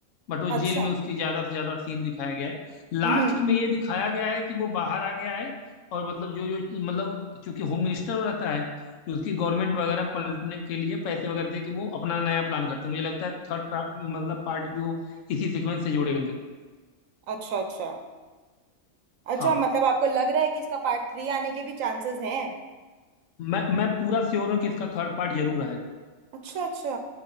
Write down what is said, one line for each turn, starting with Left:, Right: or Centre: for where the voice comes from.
Left: बट वो
Right: अच्छा
Left: जेल में उसकी ज्यादा से ज्यादा सीन दिखाया गया है लास्ट
Right: हम्म
Left: में ये दिखाया गया है कि वो बाहर आ गया है और मतलब जो जो मतलब चूंकि होम मिनिस्टर रहता है तो उसकी गवर्नमेंट वगैरह पलटने के लिए पैसे वगैरह दे के वो अपना नया प्लान करते हैं मुझे लगता है थर्ड मतलब पार्ट भी वो इसी सीक्वेंस से जोड़ेंगे
Right: अच्छा अच्छा अच्छा
Left: हाँ
Right: मतलब आपको लग रहा है कि इसका पार्ट थ्री आने के भी चांसेस हैं
Left: मैं मैं पूरा श्योर हूँ कि इसका थर्ड पार्ट जरूर आएगा
Right: अच्छा अच्छा